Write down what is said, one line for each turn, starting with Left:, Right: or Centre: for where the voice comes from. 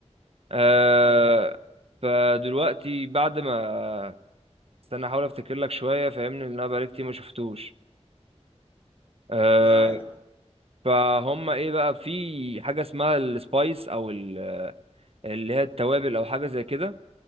Right: آه
Left: اه
Right: فدلوقتي بعد ما استنى احاول افتكر لك شوية فاهمني لان انا بقالي كتير ما شفتوش آه
Left: ده عادي
Right: فهم ايه بقى في حاجة اسمها السبايس او ال- آه، اللي هي التوابل او حاجة زي كده